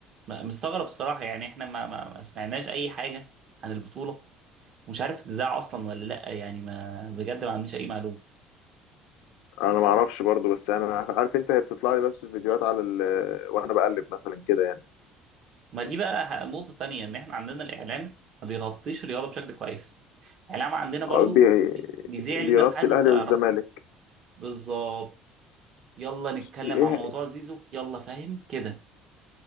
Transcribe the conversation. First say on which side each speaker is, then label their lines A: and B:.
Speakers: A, on the right (about 45°); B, on the left (about 80°).
A: م- مستغرب الصراحة يعني إحنا ما, ما, ما سمعناش أي حاجة عن البطولة ومش عارف تتذاع أصلا ولا لأ يعني ما بجد ما عنديش أي معلومة
B: انا ما اعرفش برضو بس انا عارف انت هي بتطلع لي بس في فيديوهات على ال... وانا بقلب مثلا كده يعني
A: ما دي بقى ح- نقطة تانية إن إحنا عندنا الإعلام ما بيغطيش الرياضة بشكل كويس الإعلام عندنا برضو
B: هو بي-
A: بي- بيذيع
B: بيغطي
A: اللي الناس عايزة
B: الاهلي
A: تعرفه
B: والزمالك
A: بالظبط يلا نتكلم
B: بي- ايه
A: عن موضوع
B: هي-
A: زيزو يلا فاهم كده